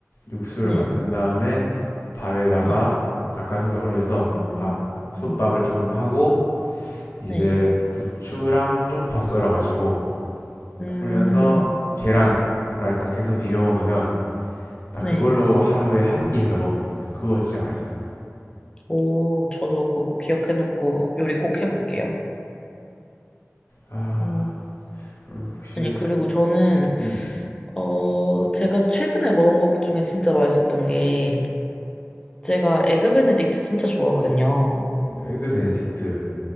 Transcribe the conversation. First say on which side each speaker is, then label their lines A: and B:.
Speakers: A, on the left; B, on the left.
A: 육수를
B: 네,
A: 만든 다음에 밥에다가
B: 네.
A: 닭가슴살 올려서
B: 음,
A: 밥 솥밥을
B: 음,
A: 조금 하고 이제
B: 네.
A: 부추랑 쪽파 썰어가지고
B: 음,
A: 딱 올려서 계란 후라이 딱 해서 비벼 먹으면 딱
B: 네.
A: 그걸로 하루에 한 끼 해서 먹어 그거 진짜 맛있었어요.
B: 오, 저도 그거 기억해놓고 요리 꼭 해볼게요.
A: 아
B: 음,
A: 그 혹시
B: 아니, 그리고
A: 그,
B: 저는,
A: 음,
B: 어, 제가 최근에 먹은 것 중에 진짜 맛있었던 게, 제가 에그 베네딕트 진짜 좋아하거든요.
A: 뭐 에그 베네딕트